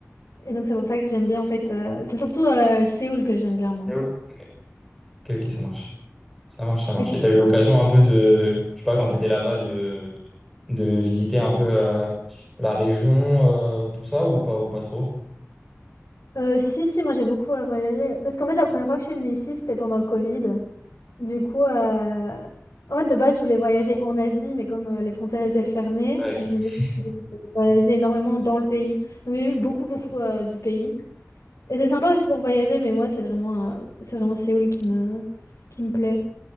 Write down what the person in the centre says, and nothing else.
Séoul. Ok, ok, ok, ça marche. Ça marche, ça marche.
Et t'as eu l'occasion un peu de, je sais pas, quand t'étais là-bas, de, de visiter un peu euh, la région, euh, tout ça, ou pas, ou pas trop?
Ouais, ok,
ouais.